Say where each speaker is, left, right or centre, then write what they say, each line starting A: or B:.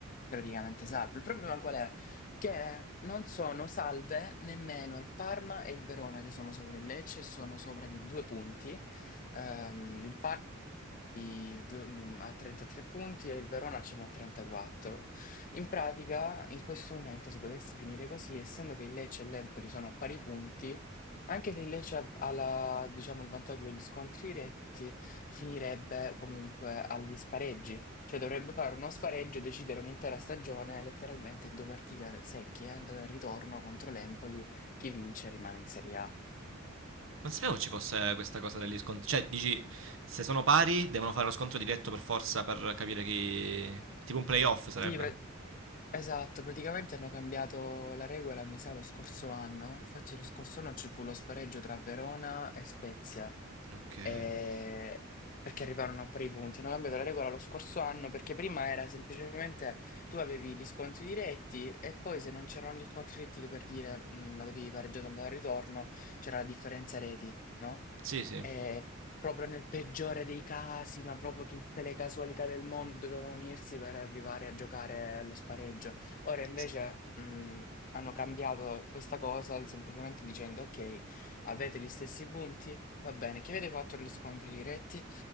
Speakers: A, on the left; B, on the right.
A: teoricamente salvo. Il problema qual è? Che non sono salve nemmeno il Parma e il Verona che sono sopra il Lecce, sono sopra di due punti. Ehm, il Parma i do mhmm, ha 33 punti e il Verona ce ne ha 34. In pratica, in questo momento, se dovesse finire così, essendo che il Lecce e l'Empoli sono a pari punti, anche se il Lecce ha ha la diciamo, il vantaggio degli scontri diretti, finirebbe comunque agli spareggi. Cioè dovrebbe fare uno spareggio e decidere un'intera stagione, letteralmente in 2 partite secche, andata e ritorno contro l'Empoli, chi vince rimane in Serie A.
B: Non sapevo ci fosse questa cosa degli scon cioè dici se sono pari devono fare lo scontro diretto per forza per capire chi tipo un playoff
A: Sì,
B: sarebbe?
A: pra- esatto, praticamente hanno cambiato la regola, mi sa, lo scorso anno. Infatti lo scorso anno ci fu lo spareggio tra Verona e Spezia
B: Okay.
A: eh, perché arrivarono a pari punti. Hanno cambiato la regola lo scorso anno perché prima era semplicemente tu avevi gli scontri diretti e poi se non c'erano gli scontri diretti che per dire mh, avevi pareggiato andata al ritorno, c'era la differenza reti, no?
B: Sì, sì.
A: E proprio nel peggiore dei casi, ma proprio tutte le casualità del mondo dovevano unirsi per arrivare a giocare allo spareggio. Ora invece
B: S
A: mh, hanno cambiato questa cosa semplicemente dicendo ok, avete gli stessi punti. Va bene, che avete fatto gli scontri diretti?